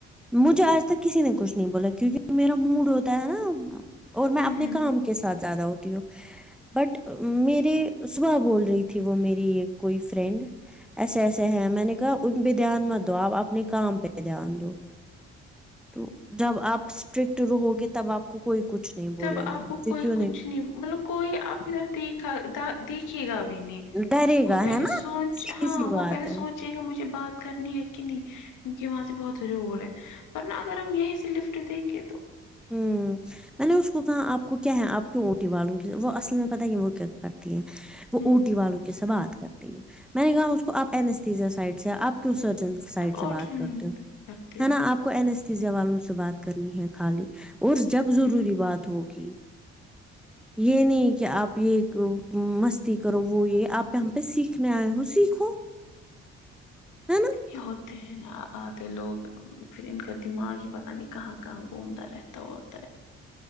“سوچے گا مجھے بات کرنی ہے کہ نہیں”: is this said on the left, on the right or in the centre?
Left